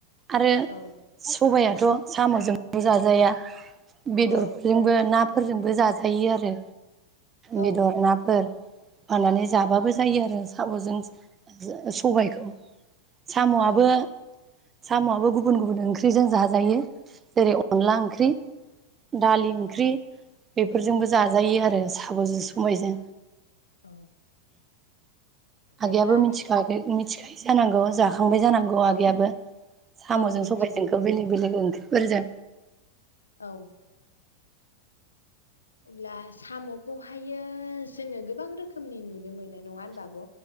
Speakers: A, on the right (about 20°); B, on the left (about 75°).
A: आरो
B: औ
A: सबाया थ' सामजोंल' जाजाया बेदरफोरजोंबो
B: औ
A: नाफ फोरजोंबो जाजायो आरो
B: औ
A: बेदर नाफोर होनानै जाबाबो
B: औ
A: जायो आरो सम'जों सबायखौ सामआबो
B: औ
A: सामआबो गुबुन गुबुन ओंख्रिजों जाजायो जेरै अनला ओंख्रि दालि ओंख्रि बेफोरजोंबो जाजायो आरो सा साम'जों समायजों
B: औ
A: आगैयाबो
B: अब्ला
A: मिथिखागो मिथिखायो जानांगौ जा खांबाय जानांगौ आगैयाबो
B: औ
A: सामजों
B: औ मिन्थिगौ
A: सबायजोंखौ बेलेग बेलेग ओंख्रि बुरजा
B: औ अब्ला साम'खौहायो जोङो गोबां रोखोमनि नुनो मोनो नङा होनबा आब'